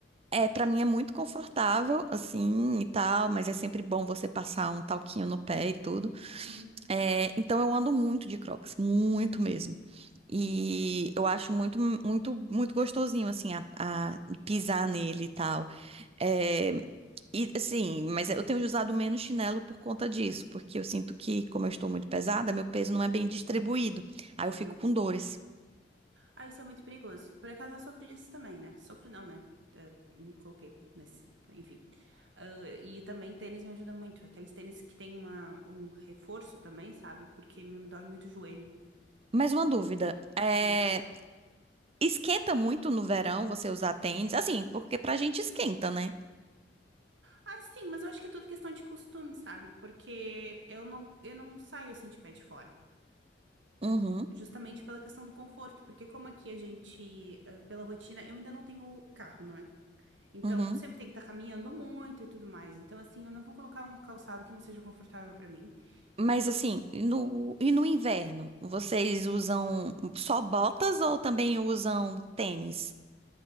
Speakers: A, on the right; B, on the right.
A: É, para mim é muito confortável, assim, e tal, mas é sempre bom você passar um talquinho no pé e tudo.
B: Uhum.
A: É, então eu ando muito de Crocs, muito mesmo. E eu acho muito, muito, muito gostosinho, assim, a, a pisar nele e tal. É, e assim, mas eu tenho usado menos chinelo por conta disso, porque eu sinto que, como eu estou muito pesada, meu peso não é bem distribuído. Aí eu fico
B: Uhum.
A: com dores.
B: Ah, isso é muito perigoso. Por acaso eu sofro disso também, né? Sofro não, né? Eh, me coloquei nesse. né, Enfim. Ah, e também tênis me ajuda muito. Aqueles tênis que tem uma, um reforço também, sabe? Porque me dói muito o joelho.
A: Mais uma dúvida, é,
B: Hum.
A: Esquenta muito no verão você usar tênis, assim, porque pra gente esquenta, né?
B: Ah, sim, mas eu acho que é tudo questão de costume, sabe? Porque eu não, eu não saio assim de pé de fora.
A: Uhum,
B: Justamente pela questão do conforto, porque como aqui a gente, eh, pela rotina, eu ainda não tenho carro, não é? Então,
A: uhum.
B: tu sempre tem que estar caminhando muito e tudo mais. Então, assim, eu não vou colocar um calçado que não seja confortável pra mim.
A: Mas
B: E eu,
A: assim,
B: s-
A: no, e no inverno, vocês usam só botas ou também usam tênis?